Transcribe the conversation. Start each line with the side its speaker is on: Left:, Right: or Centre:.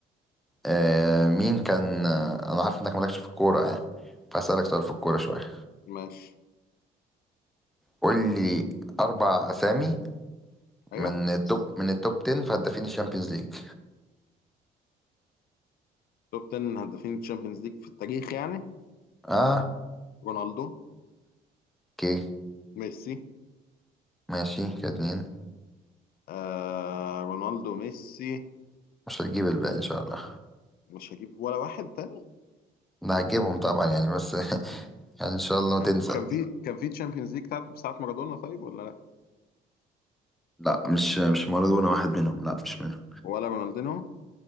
Centre: آه مين كان آه انا عارف انك مالكش في الكورة يعني فاسألك سؤال في الكورة شوية
Left: ماشي
Centre: قول لي اربع اسامي
Left: ايوه
Centre: من التوب من التوب 10 في هدافين الشامبيونز ليج
Left: توب 10 هدافين تشامبيونز ليج في التاريخ يعني
Centre: اه
Left: رونالدو
Centre: اوكي
Left: ميسي
Centre: ماشي كده اتنين
Left: آه رونالدو ميسي
Centre: مش هتجيب الباقي ان شاء الله
Left: مش هجيب ولا واحد تاني
Centre: انا هتجيبهم طبعا يعني بس <laughs> يعني ان شاء الله ما
Left: كان
Centre: تنسى
Left: كان في كان في تشامبيونز ليج بتاعت ساعة مارادونا طيب ولا لا
Centre: لا مش مش مارادونا واحد منهم لا مش منهم
Left: ولا رونالدينو